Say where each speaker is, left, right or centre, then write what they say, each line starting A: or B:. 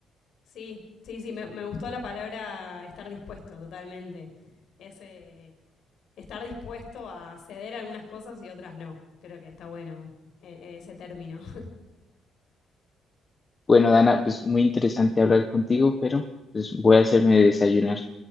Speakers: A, on the left; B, on the left.
A: Sí, sí, sí, me, me gustó la palabra estar dispuesto totalmente. Es, eh, estar dispuesto a ceder algunas cosas y otras no. Creo que está bueno eh, eh, ese término.
B: Bueno, Dana, pues muy interesante hablar contigo, pero pues voy a hacerme de desayunar.